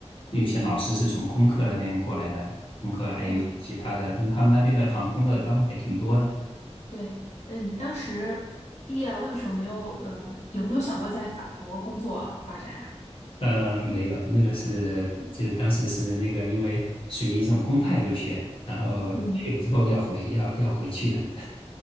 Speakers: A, on the left (about 50°); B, on the left (about 75°).
A: 有一些老师是从空客那边过来的，空客还有一些其他的，
B: 嗯，
A: 因为他们那边的航空的单位还挺多的。
B: 对，呃，你当时毕业了，为什么没有呃，有没有想过在法国工作啊发展呀？
A: 嗯，没有，那个是就当时是那个因为属于一种公派留学，然后去了之后要回要要回去的。
B: 嗯，